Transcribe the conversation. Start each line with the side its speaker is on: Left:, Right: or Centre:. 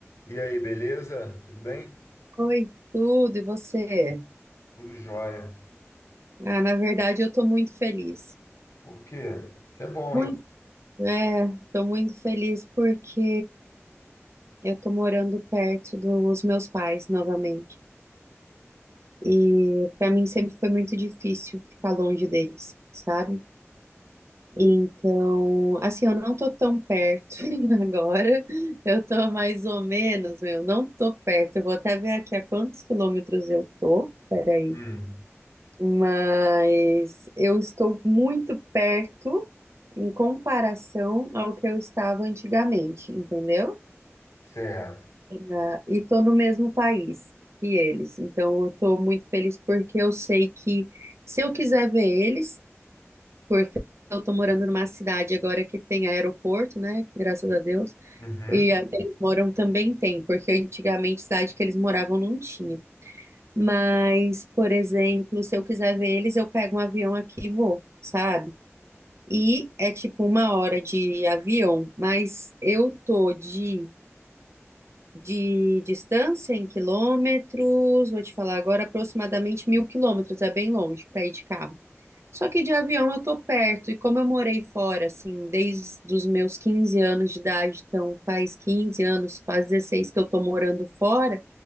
Left: E aí, beleza? Tudo bem?
Right: Oi, tudo, e você?
Left: Tudo jóia.
Right: Ah, na verdade, eu tô muito feliz.
Left: Por quê? Isso é bom,
Right: Muito,
Left: hein?
Right: é, tô muito feliz porque eu tô morando perto dos meus pais novamente. E pra mim sempre foi muito difícil ficar longe deles, sabe? Então, assim, eu não tô tão perto <laughs> agora. Eu tô mais ou menos, meu, não tô perto. Eu vou até ver aqui a quantos quilômetros eu tô. Peraí.
Left: Hum,
Right: Mas eu estou muito perto em comparação ao que eu estava antigamente, entendeu?
Left: certo.
Right: Ah, e estou no mesmo país que eles. Então eu estou muito feliz porque eu sei que se eu quiser ver eles, porque eu estou morando numa cidade agora que tem aeroporto, né? Graças a Deus.
Left: Uhum.
Right: E a que eles moram também tem, porque antigamente cidade que eles moravam não tinha. Mas, por exemplo, se eu quiser ver eles, eu pego um avião aqui e vou, sabe? E é tipo uma hora de avião, mas eu tô de, de distância em quilômetros, vou te falar agora, aproximadamente mil quilômetros, é bem longe para ir de carro. Só que de avião eu tô perto, e como eu morei fora, assim, desde os meus 15 anos de idade, então faz 15 anos, faz 16 que eu tô morando fora,